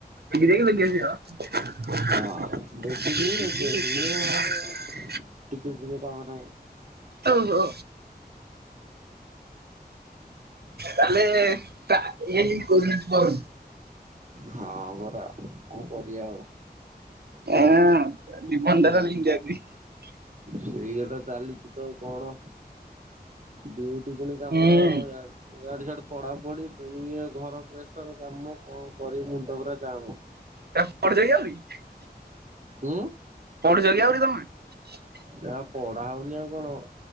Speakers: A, on the right (about 70°); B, on the right (about 45°).
A: ଏ ଦେଖ ଦେ କେସିିବା <unintelligible>
B: ହଁ ବେଗି ଯିବି ବେଗି ଆସିବି ଇଏ ଟିକେ ବି କାମ ନାଇଁ।
A: ଓ ହୋ। ତାହଲେ ଏ କର <unintelligible>
B: ହଁ ପରା କଣ କରିବା ଆଉ?
A: ହଁ ନିନ୍ଦାରଲ
B: ଉଁ
A: ହଡି ଆଗି <unintelligible>
B: ସେଇ କଥା ଚାଲିଛି ତ। କଣ ଡିଉଟି ପୁଣି କାମ
A: ହୁଁ।
B: ଇଆଡେ। ଇଆଡେ ସଆଡେ ପଢାପଢି ପୁଣି ଇ ଘର ପ୍ରେସର କାମ କଣ କରି ମୁଣ୍ଡ ପରା ଯାମ।
A: ତାପ ଯାଇ ଯି <unintelligible>
B: ଉୁଁ।
A: ପଢ଼ୁ ଯୋଗି ଆରି ତମେ <unintelligible>
B: ନା ପଢା ହଉନି ଆଉ କଣ।